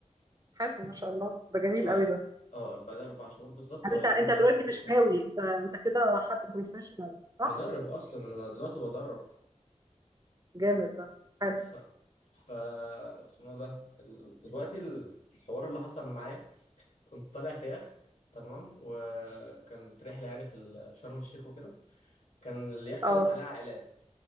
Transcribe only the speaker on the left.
ف
اه بعد أربع شهور بالظبط
هيكون
معايا
كارنيه
الإنقاذ
مدرب أصلا أنا دلوقتي بدرب
ف ف اسمه ده ال- دلوقتي ال- الحوار اللي حصل معايا كنت طالع في يخت تمام وكانت رحلة يعني في ال- في شرم الشيخ وكده كان اليخت
دوت عليه عائلات